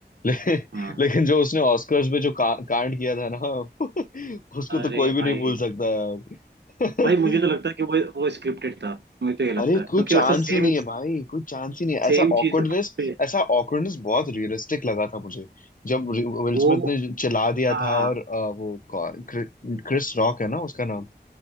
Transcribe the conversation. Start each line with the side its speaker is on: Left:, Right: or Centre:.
Left: ले,
Right: हाँ
Left: लेकिन जो उसने ऑस्कर्स में जो का, कांड किया था ना <laughs> उसको तो
Right: अरे
Left: कोई भी
Right: भाई
Left: नहीं भूल सकता यार
Right: भाई मुझे
Left: <laughs>
Right: तो लगता है कि वो वो स्क्रिप्टेड था मुझे तो ये लगता
Left: अरे
Right: है क्योंकि
Left: कोई चांस
Right: वैसा सेम
Left: ही नहीं है भाई कोई चांस ही नहीं है
Right: सेम
Left: ऐसा ऑकवर्डनेस
Right: चीज से
Left: ऐसा ऑकवर्डनेस बहुत रियलिस्टिक लगा था मुझे जब विल
Right: वो
Left: स्मिथ ने चिल्ला दिया
Right: हाँ
Left: था और अ, वो कौ- क्रि- क्रिस रॉक है ना उसका नाम